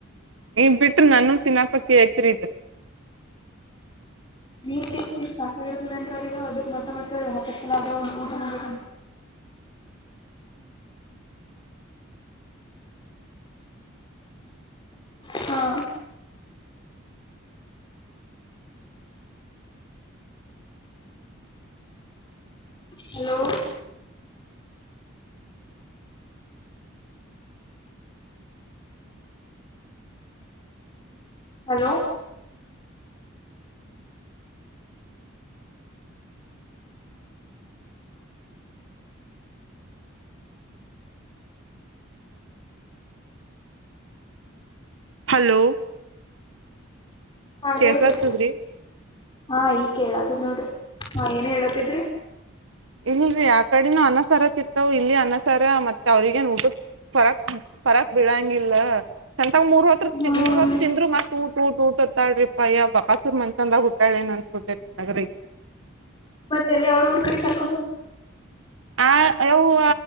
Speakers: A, on the right; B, on the left.
A: ನೀ ಬಿಟ್ರ ನನ್ನು ತಿನಾಪಕಿ ಐತ್ರಿ ಇದ್
B: ನೀನ್ ತಿಂದ ತಿನ್ ಸಾಕಾಗಿರ್ತದೇನ್ರಿ ಅವ್ರಿಗ ಅದಕ್ ಮತ್ತೆ ಮತ್ತೆ ಹತ್ತತ್ಸಲ ಆದೆ ಊಟ ಮಾಡ್ಬೇಕಂತ್ ಹಾ ಹಲೋ ಹಲೋ
A: ಹಲೋ
B: ಹಾ
A: ಕೇಸತದ್ರಿ
B: ಹೇಳ್ರಿ ಹಾ ಈ ಕೇಳಾತ್ ನೋಡ್ರಿ ಹಾ ಏನ್ ಹೇಳತಿದ್ರಿ?
A: ಇಲ್ರಿ ಆ ಕಡೆನು ಅನ್ನ ಸರ ತಿಂತಾವು ಇಲ್ಲಿ ಅನ್ನ ಸಾರೆ ಮತ್ತೆ ಅವ್ರಗೇನ ಉಟುಕ್ ಫರಕ್ ಫರಾಕ್ ಬೀಳ ಗಿಲ್ಲ ಸಂತಂಗ ಮೂರ್ ಹೊತ್ರ
B: ಹ್ಮ್
A: ಮೂರ್ ಹೊತ್ ತಿಂದ್ರು ಮತ್ ಊಟ್ ಊಟ್ ಊಟ್ ತೊತ್ತಾಳ್ರಿ ಪಯ್ಯ ಬಕಾಸೂರ್ ಮನ್ತನ್ದಾಗ್ ಹುಟ್ಟಾಳ ಏನ್ ಅನ್ಸುತ್ತೆ ನನಗರಿ.
B: ಮತ್ತೆ ಎಲ್ಲಿ ಅವ್ರ ಊರ್ ಕಡೆ ಕರ್ಕೊಂಡ್ ಹೋದೆ.
A: ಆ ಯವ್ವ